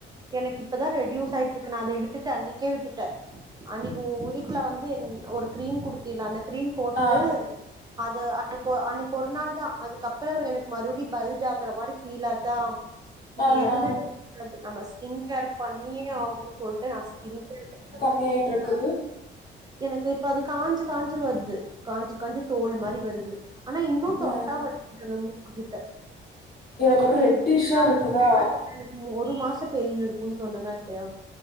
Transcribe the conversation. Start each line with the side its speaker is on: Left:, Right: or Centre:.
Right: எனக்கு இப்பதா ரெடியூஸ் ஆயிட்டு இருக்கு நா அத விட்டுட்ட அன்னைக்கே விட்டுட்ட அன்னைக்கு உன் வீட்ல வந்து ஒரு கிரீம் குடுத்தியல்ல அந்த கிரீம் போட்டு
Left: ஆ
Right: அது அன்னைக்கு அன்னைக்கு ஒரு நாள்தா அதுக்கப்றோ எனக்கு மறுபடி பல்ஜ் ஆகுற மாரி ஃபீல் ஆச்சா இனி
Left: ஆ
Right: எதுமே
Left: ஆ
Right: போடக்கூடாது நம்ம ஸ்கின் கேர் பண்ணி ஆகணுனு சொல்லிட்ட நா ஸ்கின் கேர் பண்ணனு
Left: மணி ஆயிட்டு இருக்குது
Right: எனக்கு இப்ப அது காஞ்சு காஞ்சு வருது காஞ்சு காஞ்சு தோல் மாரி வருது ஆனா இன்னு
Left: ஆ
Right: தொட்டா வலிக்குது அந்த மூக்கு கிட்ட
Left: எனக்கு அப்றோ ரெட்டிஷ்ஷா
Right: நான்தா
Left: இருக்குதா
Right: உங்ககிட்ட சொன்னே எனக்கு ஒரு மாசோ பெயின் இருக்குனு சொன்னனா இல்லையா